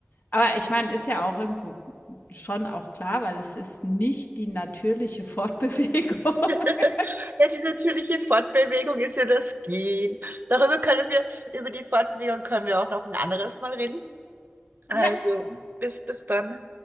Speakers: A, on the left (about 50°); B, on the right (about 50°).
A: Aber ich meine, ist ja auch irgendwo schon auch klar, weil es ist nicht die natürliche Fortbewegung. <laughs>
B: <laughs> Ja, die natürliche Fortbewegung ist ja das Gehen. Darüber können wir, über die Fortbewegung können wir auch noch ein anderes Mal reden. Also,
A: Ja,
B: bis, bis dann.